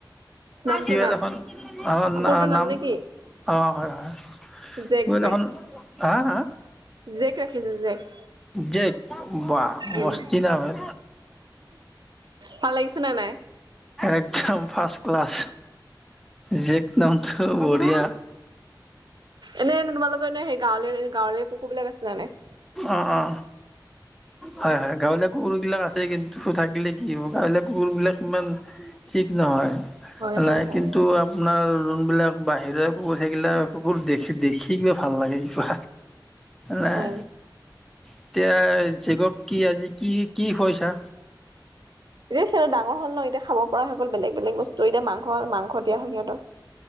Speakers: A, on the right; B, in the centre.
A: নামটো
B: কিবা
A: নাম
B: দেখোন আহন
A: কুকুৰটোৰ
B: নাম
A: নে কি
B: অ', হয়, হয়,
A: জেক
B: তুমি
A: জেক
B: দেখোন হা হা
A: জেক ৰাখিছো জেক
B: জেক, বা মস্তি
A: উম
B: নাম হে
A: ভাল লাগিছে নে নাই
B: একদম ফাৰ্ষ্ট ক্লাছ জেক নামটো বঢ়িয়া।
A: এনেই তোমালোকৰ এনেই সেই গাঁৱলীয়া গাঁৱলীয়া কুকুৰবিলাক আছে নে নাই
B: অ ', অ হয়, হয়, গাঁৱলীয়া কুকুৰ বিলাক আছে কিন্তু থাকিলে কি হ'ব, গাঁৱলীয়া কুকুৰ বিলাক ইমান ঠিক নহয়
A: হয়
B: নাই,
A: হয় হয়
B: কিন্তু আপোনাৰ যোনবিলাক বাহিৰে কুকুৰ থাকিলাক কুকুৰ দেখি দেখি কিবা ভাল লাগে কিবা নাই
A: হয়
B: এতিয়া জেকক কি আজি কি খুৱাইছা।
A: এতিয়া সিহত ডাঙৰ হ'ল ন এতিয়া খাব পৰা হৈ গ'ল বেলেগ বেলেগ বস্তু এতিয়া মাংস মাংস দিয়া হয় সিহতক